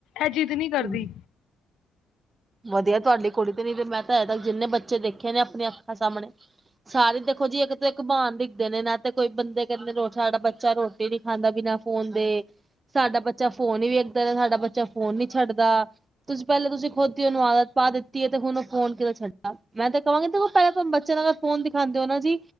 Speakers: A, on the left (about 85°); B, on the right (about 30°).
A: ਏਹ ਜਿੰਦ ਨੀ ਕਰਦੀ
B: ਹੂ ਵਧੀਆ ਤੁਹਾਡੀ ਕੁੜੀ ਤੇ, ਨੀ ਤੇ ਮੈਂ ਤਾਂ ਅਜੇ ਤੱਕ ਜਿੰਨੇ ਬੱਚੇ ਦੇਖੇ ਨੇ ਆਪਣਿਆਂ ਅੱਖਾਂ ਦੇ ਸਾਹਮਣੇ ਸਾਰੇ ਦੇਖੋ ਜੀ ਇੱਕ ਤਾਂ ਇੱਕ ਬਾਨ ਦਿਖਦੇ ਨੇ ਨਾ, ਤੇ ਕੋਈ ਬੰਦੇ ਕਹਿੰਦੇ ਰ ਸਾਡਾ ਬੱਚਾ ਰੋਟੀ ਨੀ ਖਾਂਦਾ ਪੀਨਾ ਫੋਨ ਦੇ, ਸਾਡਾ ਬੱਚਾ ਫੋਨ ਹੀ ਵੀ ਵੇਖਦਾ, ਸਾਡਾ ਬੱਚਾ ਫੋਨ ਨੀ ਛੱਡਦਾ, ਤੁਸੀਂ ਪਹਿਲਾਂ ਤੁਸੀਂ ਖੁਦ ਹੀ ਉਹਨੂੰ ਆਦਤ ਪਾ ਦਿੱਤੀ ਤੇ ਹੁਣ ਉਹ ਫੋਨ ਕਿਵੇਂ ਛਡੇਗਾ, ਮੈਂ ਤਾਂ ਕਹਾਂਗੀਖੋ ਪਹਿਲਾਂ ਬੱਚੇ ਨਾਲ ਫੋਨ ਦਿਖਾਉਂਦੇ ਹੋ ਨਾ ਜੀ